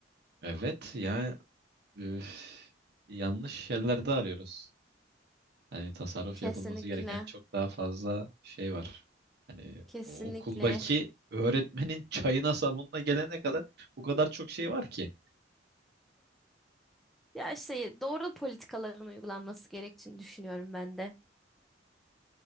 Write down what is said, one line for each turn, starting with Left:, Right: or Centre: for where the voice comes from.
Right: Evet ya üf, yanlış yerlerde arıyoruz. Hani tasarruf
Centre: Kesinlikle.
Right: yapılması gereken çok daha fazla şey var. Hani
Centre: Kesinlikle.
Right: o okuldaki öğretmenin çayına sabunla gelene kadar o kadar çok şey var ki.
Centre: Ya işte doğru politikaların uygulanması gerektiğini düşünüyorum ben de.